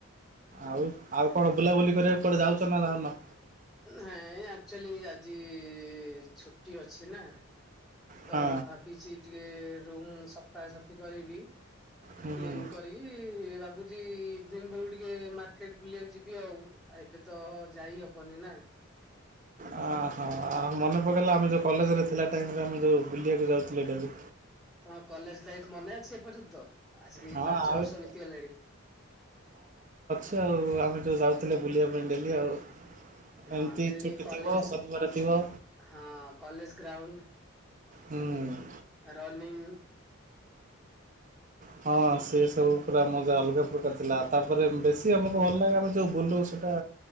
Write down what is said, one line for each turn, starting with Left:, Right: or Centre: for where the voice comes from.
Right: ଆଉ ଆଉ କଣ ବୁଲାବୁଲି କରିବାକୁ କୁଆଡ଼େ ଯାଉଛ ନା ଯାଉନ?
Centre: ନାଇଁ ଆକ୍ଚୁଆଲି ଆଜି ଛୁଟି ଅଛି ନା
Right: ହଁ
Centre: ତ ଭାବିଛି ଟିକେ ରୁମ ସଫାସଫି କରିବି
Right: ହୁଁ
Centre: କ୍ଲିନ
Right: ହୁଁ
Centre: କରିକି ଭାବୁଛି ଇଭିନିଂ ବେଳକୁ ଟିକେ ମାର୍କେଟ ବୁଲିବାକୁ ଯିବି ଆଉ ଏବେ ତ ଯାଇ ହବନି ନା।
Right: ଅ ହୋ ଆ ମନେ ପକେଇଲା ଆମେ ଯେଉଁ କଲେଜରେ ଥିଲା ଟାଇମରେ ଆମେ ଯେଉଁ ବୁଲିବାକୁ ଯାଉଥିଲେ ଡେଲି।
Centre: ତମ କଲେଜ ଲାଇଫ ମନେ ଅଛି ଏପର୍ଯ୍ୟନ୍ତ? ଆସିକି
Right: ହଁ
Centre: ପାଞ୍ଚ
Right: ଆଉ
Centre: ବର୍ଷ ବିତିଗଲାଣି।
Right: ସେ ଆଉ ଆମେ ଯଉଁ ଯାଉଥିଲେ ବୁଲିବା ପାଇଁ ଡେଲି ଆଉ।
Centre: ହଁ
Right: ଏମିତି
Centre: ଡେଲି
Right: ଛୁଟି
Centre: କଲେଜ
Right: ଥିବ ଶନିବାର ଥିବ।
Centre: ହଁ କଲେଜ ଗ୍ରାଉଣ୍ଡ
Right: ହୁଁ।
Centre: ରନିଂ।
Right: ହଁ ସେ ସବୁ ପୁରା ମଜା ଅଲଗା ପ୍ରକାର ଥିଲା ତାପରେ ବେଶୀ ଆମକୁ ଭଲ ଲାଗେ ଆମେ ଯୋଉ ବୁଲୁ ସେଇଟା